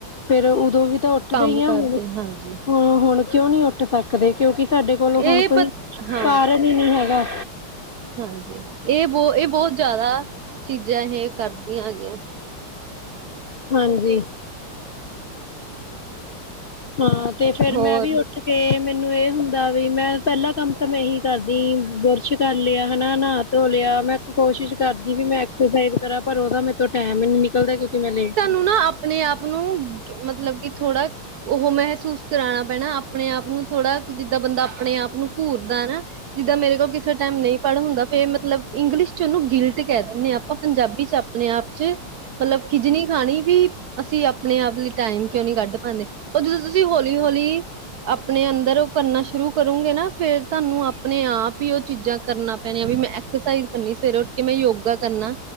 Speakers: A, on the left; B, on the right.
A: ਫੇਰ ਉਦੋਂ ਵੀ ਤਾਂ ਉ ਉੱਠਦੇ
B: ਕੰਮ
A: ਈ ਆ
B: ਕਰਦੇ
A: ਹੁਣ ਹ,
B: ਹਾਂਜੀ
A: ਹੁਣ ਕਿਉਂ ਨੀ ਉੱਠ ਸਕਦੇ, ਕਿਉਂਕਿ, ਸਾਡੇ ਕੋਲੋ
B: ਇਹ
A: ਹੁਣ ਕੋਈ,
B: ਪ ਹਾਂ
A: ਕਾਰਨ ਹੀ ਨੀ ਹੈਗਾ
B: ਹਾਂਜੀ, ਇਹ ਬਹੁ ਇਹ, ਬਹੁਤ ਜ਼ਿਆਦਾ ਚੀਜ਼ਾਂ ਇਹ ਕਰਦੀਆਂ, ਹੈਗੀਆਂ
A: ਹਾਂਜੀ, ਹਾ ਤੇ ਫੇਰ
B: ਹੋਰ
A: ਮੈਂ ਵੀ ੳਠ ਤੇ ਮੈਨੂੰ ਇਹ ਹੁੰਦਾ ਵੀ, ਮੈਂ ਪਹਿਲਾ ਕੰਮ ਤਾਂ ਏਹੀ ਕਰਦੀ ਬੁਰਸ਼ ਕਰ ਲਿਆ, ਹੇਨਾ ਨਾ ਕੇ ਧੋ ਲਿਆ ਮੈਂ ਕੋਸ਼ਿਸ਼ ਕਰਦੀ ਵੀ ਮੈਂ ਐਕਸਸਾਈਜ਼ ਕਰਾਂ, ਪਰ ਉਹਦਾ ਮੇਰੇ ਤੋਂ ਟਾਈਮ ਹੀ ਨੀ ਨਿਕਲਦਾ, ਕਿਉਂਕਿ ਮੈਂ ਲੇਟ
B: ਉ, ਨਾ ਅਪਨੇ ਆਪ ਨੂੰ ਮਤਲਬ ਕਿ ਥੋੜ੍ਹਾ ਉਹ ਮਹਿਸੂਸ ਕਰਾਣਾ ਪੈਣਾ ਆਪਣੇ ਆਪ ਨੂੰ ਥੋੜਾ ਜਿੱਦਾਂ ਬੰਦਾ, ਆਪਣੇ ਆਪ ਨੂੰ ਘੂਰਦਾ ਨਾ ਜਿੱਦਾਂ ਮੇਰੇ ਕੋਲ ਕਿਸੇ ਟਾਈਮ ਨਹੀਂ ਪੜ੍ਹ ਹੁੰਦਾ, ਫੇਰ ਮਤਲਬ ਇੰਗਲਿਸ਼ ਚ ਉਹਨੂੰ ਗੀਲਟ ਕਹਿ ਦਿੰਦੇ ਆ ਆਪਾਂ ਪੰਜਾਬੀ ਚ ਆਪ ਅਪਨੇ ਆਪ ਚ ਮਤਲਬ ਖਿਜਨੀ ਖਾਣੀ ਵੀ ਅਸੀਂ ਅਪਨੇ ਆਪ ਲਈ ਟਾਈਮ ਕਿਉਂ ਨਹੀਂ ਕੱਢ ਪਾਂਦੇ ਉਹ ਜਦੋਂ ਤੁਸੀਂ ਹੌਲੀ ਹੌਲੀ ਅਪਨੇ ਅੰਦਰ ਉਹ ਭਰਨਾ ਸ਼ੁਰੂ ਕਰੋਗੇ ਨਾ ਫਿਰ ਤਾਹਨੂੰ ਅਪਣੇ ਆਪ ਹੀ ਉਹ ਚੀਜ਼ਾਂ ਕਰਨਾ ਪੈਣੇ ਆ ਵੀ ਮੈਂ ਐਕਸਰਸਾਈਜ਼ ਕਰਨੀ ਸਵੇਰੇ ਉੱਠ ਕੇ, ਮੈਂ ਯੋਗਾ ਕਰਨਾ